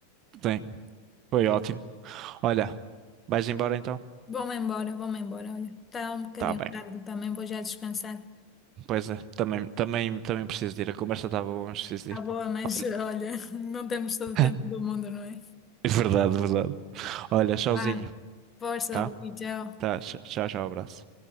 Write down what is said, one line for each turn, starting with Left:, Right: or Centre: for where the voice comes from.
Right: Sim, foi ótimo. Olha, vais embora então?
Left: Vou-me embora, vou-me embora. Olha, está um bocadinho
Right: Tá bem.
Left: tarde também, vou já descansar.
Right: Pois é, também, também, também preciso de ir. A conversa estava boa, mas preciso de
Left: Está
Right: ir.
Left: boa, mas
Right: Olha.
Left: olha, <laughs> não temos todo
Right: <laughs>
Left: o tempo do mundo, não é?
Right: Verdade, verdade. Olha, tchauzinho,
Left: Ah, força,
Right: tá?
Left: e tchau.
Right: Tá, tchau, tchau, abraço.